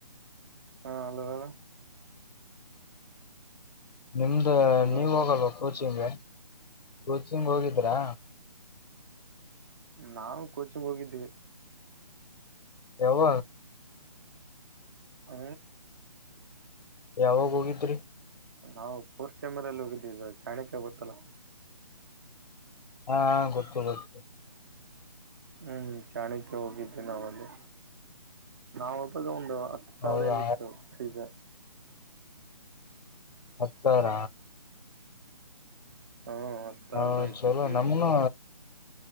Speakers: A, on the right (about 30°); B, on the left (about 80°).
A: ಹಾಂ ಅಲೋ ಹೇಳ?
B: ನಿಮ್ದ
A: ಹಲೋ
B: ನೀವ ಹೋಗಲ್ವ ಕೋಚಿಂಗ ಕೋಚಿಂಗ ಹೋಗಿದ್ರಾ.
A: ನಾವು ಕೋಚಿಂಗ ಹೋಗಿದ್ದೀವಿ.
B: ಯಾವ
A: ಹ
B: ಯಾವಾಗ ಹೋಗಿದ್ರಿ?
A: ನಾವು ಫೋರ್ಸ್ ಸ್ಯಾಮರಲ್ಲಿ ಹೋಗಿದ್ದ ಚಾಣಿಕ್ಯ ಗೊತ್ತಲ್ಲಾ?
B: ಹಾ ಗೊತ್ತು ಗೊತ್ತು.
A: ಹ್ಮ್ ಚಾಣಕ್ಯ ಹೋಗಿದ್ವಿ ನಾವ ಅಲ್ಲಿ. ನಾವ ಹೋದಾಗ ಒಂದು ಹತ್ತು ಸಾವಿರ
B: ಹೌದಾ
A: ಏನಿತ್ತು ಫೀಜ.
B: ಹತ್ತು ಸಾವಿರ?
A: ಹಾ ಹತ್ತು ಸಾವಿರದ
B: ಹ
A: ಇತ್ತು
B: ಚಲೋ
A: ಪೀಜ
B: ನಮನು